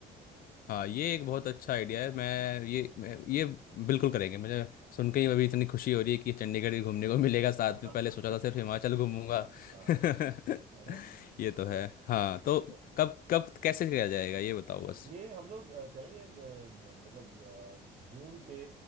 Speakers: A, on the left (about 60°); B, on the right (about 40°).
A: हाँ ये एक बहुत अच्छा आइडिया है मैं ये मैं, ये बिल्कुल करेंगे मुझे सुन के ही अभी इतनी खुशी हो रही है कि चंडीगढ़ भी घूमने को मिलेगा साथ
B: <laughs>
A: में पहले सोचा था सिर्फ हिमाचल घूमूंगा <laughs>
B: हाँ है ना
A: ये
B: सो
A: तो है हाँ
B: हाँ
A: तो
B: तो
A: कब कब कैसे किया जाएगा ये बताओ बस
B: ये हम लोग अ, चलेंगे अ, मतलब अ, जून के